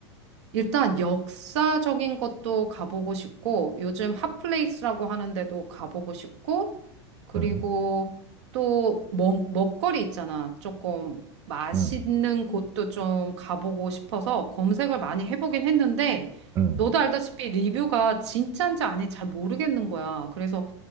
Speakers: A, on the right (about 75°); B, on the right (about 25°).
A: 일단 역사적인 것도 가보고 싶고, 요즘 핫플레이스라고 하는데도 가보고 싶고, 그리고
B: 음,
A: 또 먹, 먹거리 있잖아. 조금 맛있는
B: 음,
A: 곳도 좀 가보고 싶어서 검색을 많이 해보긴 했는데,
B: 음.
A: 너도 알다시피 리뷰가 진짜인지 아닌지 잘 모르겠는 거야. 그래서